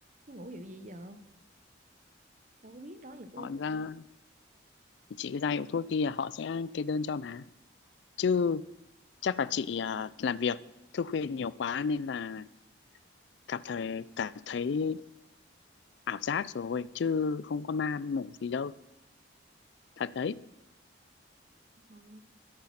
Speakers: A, on the right; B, on the left.
A: Thuốc ngủ hiệu gì giờ? Đâu có biết đó giờ có
B: họ
A: uống đâu.
B: ra thì chị cứ ra hiệu thuốc kia họ sẽ kê đơn cho mà chứ chắc là chị à, làm việc thức khuya nhiều quá nên là cảm thấy cảm thấy ảo giác rồi chứ không có ma mủ gì đâu thật đấy
A: Thôi,